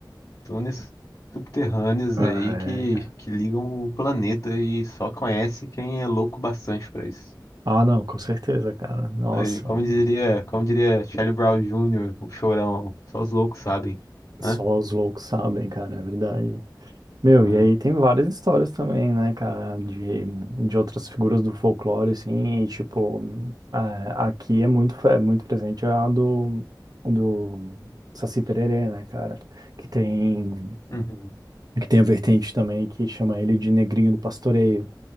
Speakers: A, on the left; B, on the right.
A: Túneis subterrâneos
B: É,
A: aí que,
B: cara.
A: que ligam o planeta e só conhece quem é louco bastante pra isso.
B: Ah, não, com certeza, cara. Nossa,
A: Aí, como diria, como diria Charlie Brown Jr., o chorão, só os loucos sabem,
B: só
A: né?
B: os loucos sabem, cara, é verdade. Meu,
A: Ah,
B: e aí tem várias histórias também, né, cara, de, de outras figuras do folclore, assim, e, tipo, a- aqui é muito, fe- é muito presente a do, do Saci Pererê, né, cara, que tem,
A: Uhum,
B: que tem a vertente também que chama ele de Negrinho do Pastoreio.